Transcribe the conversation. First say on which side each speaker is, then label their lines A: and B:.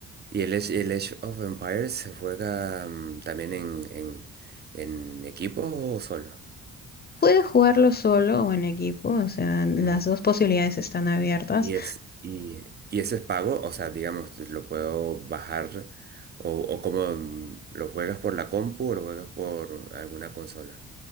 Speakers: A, on the right (about 35°); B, on the left (about 30°).
A: Y el Age, el Age of Empires se juega mm, también en, en, en equipo o solo.
B: Puedes jugarlo solo o en equipo, o sea, las
A: Mm.
B: dos posibilidades están abiertas.
A: Y es, y, y ese es pago, o sea, digamos, lo puedo bajar o, o como mm, lo juegas por la compu o lo juegas por alguna consola.